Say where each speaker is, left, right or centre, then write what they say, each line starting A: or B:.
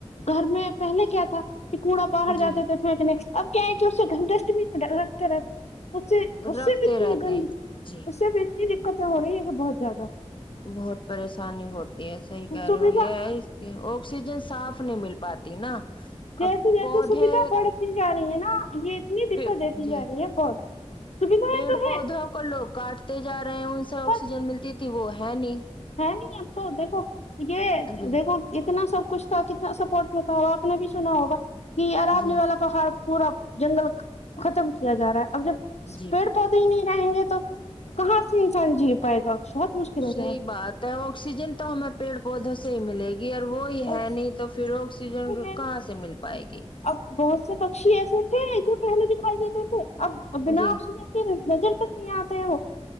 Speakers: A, on the left; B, on the left.
A: گھر میں پہلے کیا تھا کوڑا باہر
B: جی
A: جاتے تھے پھینکنے اب کیا ہے کہ اس سے گھٹسٹ بھی میں ڈکھتے رہتے اس سے اس
B: رکھتے
A: سے بھیتنی
B: رہتے
A: ہے گل
B: ہیں جی
A: اس سے بھی اتنی دقت تو ہو رہی ہےگ بہت زیاد
B: بہت پریشانی ہوتی ہے صحیح کہہ
A: سویدھا
B: رہے ہو یہ آکسیجن صاف نہیں مل پاتا ت نا
A: جیسے
B: اب
A: جیسے
B: پودے
A: سویدھا بڑھتی جا رہی ہے نا یہ اتنی
B: پ
A: دقت دیتی
B: جی
A: جا
B: <unintelligible>
A: رہی ہے بہت سویدھائیں
B: پیڑ
A: تو
B: پودوں
A: ہے
B: کو لوگ کاٹتے جا رہے ہیں ان سے آکسیجن
A: بس
B: ملتی تھی وہ ہے نہیں
A: ہے نہیں اب تو دیکھو یہ
B: جی
A: دیکھو اتنا سب کچھ تھا کتنا سپورٹ میں تھا ہو اپپ نے بھی سنا ہوگا کہ عراب
B: جی
A: لی والا تو ہر پورا جنگل ختم کیا جا رہا ہے اب جب
B: جی
A: پیڑ
B: بالکل
A: پودے ہی نہیں رہیں گے تو کہاں سے انسان جی پائے گا بہت مشکل ہو
B: صحیح
A: جائے گا
B: بات ہے آکسیجن تو ہمیں پیڑ پودوں سے ہی ملے گی وہی
A: گا
B: ہے
A: بس
B: نہیں تو پھر آکسیجن
A: کوئی ہے نہیں
B: کہاں سے مل پائے گی
A: اب بہت سے پکشی ایسے تھے جو پہلے دکھائی دیتے تھے اب بنا
B: جی
A: آپ بجر تک نہیں آتے ہو <unintelligible>